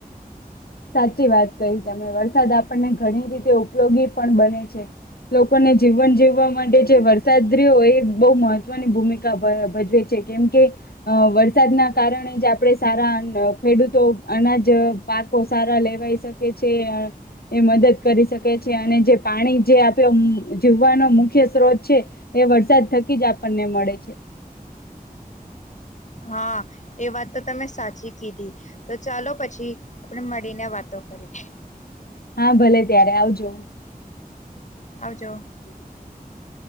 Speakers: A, on the left; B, on the left.
A: સાચી વાત કહી તમે વરસાદ આપણને ઘણી રીતે ઉપયોગી પણ બને છે લોકોને જીવન જીવવા માટે જે વરસાદ રહ્યો એ બહુ મહત્વની ભ ભૂમિકા ભજવે છે કેમકે વરસાદના કારણે જ આપણે સારા અન અ ખેડૂતો અનાજ પાક. ખુબ સારા લેવાઈ શકે છે એ મદદ કરી શકે છે અને જે પાણી જે આપે જીવવાનો મુખ્ય સ્ત્રોત છે એ વરસાદ થકી જ આપણને મળે છે.
B: હા એ વાત તો તમે સાચી કીધી તો ચાલો પછી આપણે મળીને વાતો કરીએ.
A: હા ભલે ત્યારે આવજો.
B: આવજો.
A: <inaudible>